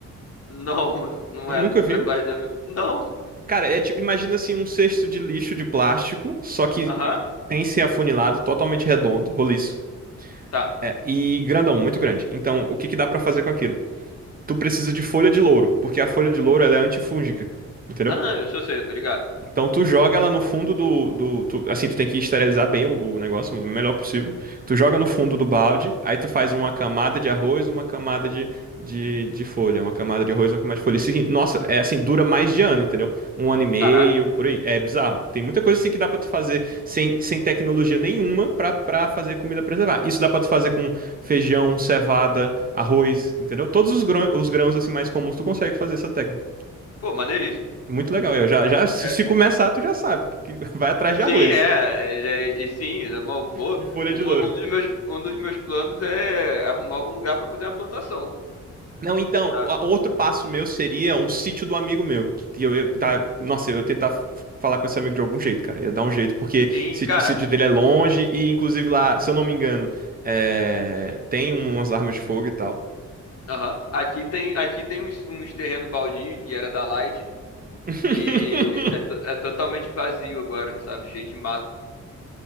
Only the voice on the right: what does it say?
Nunca
viu?
Cara, é tipo, imagina assim um cesto de lixo de plástico, só que
sem ser afunilado, totalmente redondo, roliço.
É, e grandão, muito grande. Então, o que que dá pra fazer com aquilo? Tu precisa de folha de louro, porque a folha de louro ela é antifúngica, entendeu?
Então tu joga ela no fundo do, do tu- assim, tu tem que esterilizar bem o, o negócio, o melhor possível. Tu joga no fundo do balde, aí tu faz uma camada de arroz, uma camada de, de, de folha, uma camada de arroz, uma camada de folha. Assim, nossa, é assim, dura mais de ano, entendeu? Um ano e meio,
por aí. É bizarro. Tem muita coisa assim que dá pra tu fazer sem, sem tecnologia nenhuma pra, pra fazer comida preservar. Isso dá pra tu fazer com feijão, cevada, arroz, entendeu? Todos os grãos, os grãos assim mais comuns tu consegue fazer essa técnica.
Muito legal. Eu já, já, se,
se começar, tu já sabe que <laughs> vai atrás de arroz
e folha
de louro.
Não, então,
o- outro passo meu seria um sítio do amigo meu. Que que eu, eu tá, nossa, eu ia tentar f- falar com esse amigo de algum jeito, cara. Ia dar um jeito, porque
sítio-
o sítio dele é longe e, inclusive, lá, se eu não me engano, é, tem umas armas de fogo e tal.
<laughs>